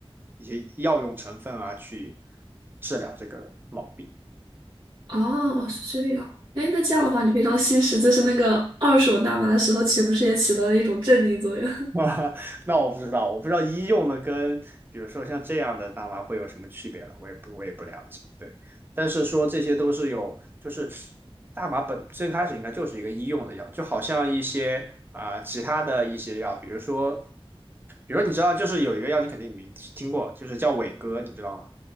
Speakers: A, on the right; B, on the right.
A: 一些药用成分啊去治疗这个毛病。
B: 哦，是这样。哎，那这样的话，你平常吸食就是那个二手大麻的时候，岂不是也起到了一种镇定作用？
A: 啊，<laughs> 那我不知道，我不知道医用的跟比如说像这样的大麻会有什么区别了，我也不我也不了解。对，但是说这些都是有，就是大麻本最开始应该就是一个医用的药，就好像一些啊、其他的一些药，比如说，比如说你知道，就是有一个药你肯定没听过，就是叫伟哥，你知道吗？